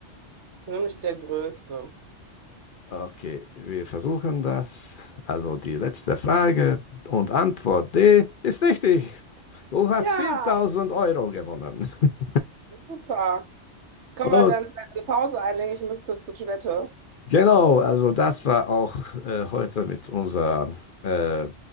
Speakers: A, on the right (about 70°); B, on the left (about 50°).
A: Nämlich der Größte.
B: Okay, wir versuchen das. Also die letzte Frage und Antwort D ist richtig. Du hast
A: Ja,
B: 4000 Euro gewonnen. <laughs>
A: super. Können
B: Oh,
A: wir dann vielleicht eine Pause einlegen? Ich müsste zur Toilette.
B: genau, also das war auch äh, heute mit unserer, äh,